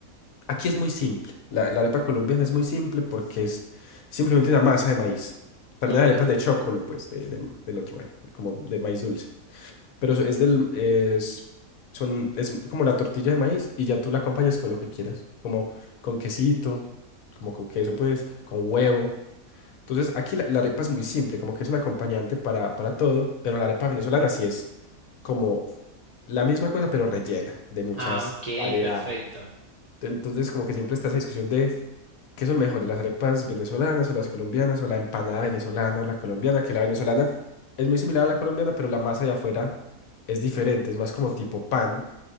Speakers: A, on the left (about 70°); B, on the right (about 40°).
A: aquí es muy simple. La, la arepa colombiana es muy simple porque es simplemente una masa de maíz. También
B: Ok.
A: hay arepas de chocolo, pues, de, de- del otro maíz, como de maíz dulce. Pero es del, es, son, es como la tortilla de maíz y ya tú la acompañas con lo que quieras, como con quesito, como con queso, pues, con huevo. Entonces, aquí la, la arepa es muy simple, como que es un acompañante para, para todo, pero la arepa venezolana sí es como la misma cosa, pero rellena de muchas
B: Ah, ok,
A: variedades.
B: perfecto.
A: Entonces, como que siempre está esa discusión de qué son mejores, las arepas venezolanas o las colombianas, o la empanada venezolana o la colombiana, que la venezolana es muy similar a la colombiana, pero la masa de afuera es diferente, es más como tipo pan